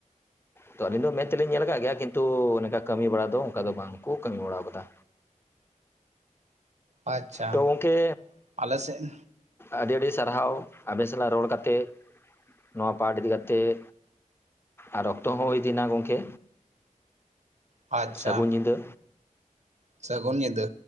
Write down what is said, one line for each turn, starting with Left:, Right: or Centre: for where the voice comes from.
Left: ᱛᱚ ᱟᱹᱞᱤᱧ ᱫᱚ ᱢᱮᱱᱫ ᱛᱮᱞᱤᱧ ᱧᱮᱞ ᱟᱠᱟᱫ ᱜᱮᱭᱟ ᱠᱤᱱᱛᱩ ᱱᱚᱝᱠᱟ ᱠᱟᱹᱢᱤ ᱵᱟᱲᱟ ᱫᱚ ᱚᱱᱠᱟ ᱫᱚ ᱵᱟᱝᱠᱚ ᱠᱟᱹᱢᱤ ᱵᱟᱲᱟ ᱟᱠᱟᱫᱟ᱾
Right: ᱟᱪᱪᱷᱟ
Left: ᱛᱚ ᱜᱝᱢᱠᱮ
Right: ᱟᱞᱮ ᱥᱮᱫ
Left: ᱟᱹᱰᱤ ᱟᱹᱰᱤ ᱥᱟᱨᱦᱟᱣ ᱟᱵᱮᱱ ᱥᱟᱞᱟᱜ ᱨᱚᱲ ᱠᱟᱛᱮᱜ ᱱᱚᱣᱟ ᱯᱟᱴ ᱤᱫᱤ ᱠᱟᱛᱮᱜ᱾ ᱟᱨ ᱚᱠᱛᱚ ᱦᱚᱸ ᱦᱩᱭ ᱤᱫᱤᱮᱱᱟ ᱜᱚᱝᱠᱮ
Right: ᱟᱪᱪᱷᱟ
Left: ᱥᱟᱹᱜᱩᱱ ᱧᱤᱫᱟᱹ᱾
Right: ᱥᱟᱹᱜᱩᱱ ᱧᱤᱫᱟᱹ᱾